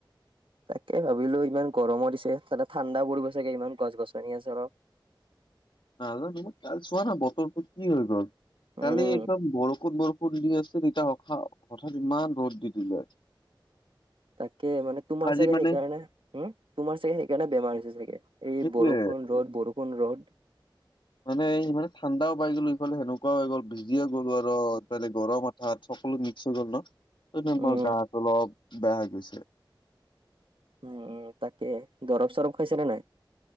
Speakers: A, on the right; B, on the left.
A: তাকে ভাবিলো ইমান গৰমো দিছে তাতে ঠাণ্ডা পৰিব চাগে ইমান গছ গছনি আছে অলপ <inaudible>
B: নাজানো কাল চোৱা না বতৰটো কি হৈ গল
A: উম
B: কালি একদম বৰষ খুব বৰষুণ দি আছিল ইতা অখা হঠাৎ ইমান ৰ'দ দি দিলে
A: তাকে মানে তোমাৰ
B: আজি
A: চাগে
B: মানে
A: সেইকাৰণে হুম তোমাৰ চাগে সেইকাৰণে বেমাৰ হৈছে চাগে এই
B: সেইটোয়ে
A: বৰষুণ বৰষুণ ৰ'দ বৰষুণ ৰ'দ
B: মানে ই মানে ঠাণ্ডাও পাই গ'লো ইফালে সেনেকুৱাও হৈ গ'ল ভিজিয়ে গ'লো আৰু ইফালে গৰম আঠাত সকলো মিস্ক গ'ল ন হেকাৰণে
A: উম
B: মো গাটো অলপ বেয়া হৈ গৈছে
A: উম উম তাকে দৰব চৰব খাইছা নে নাই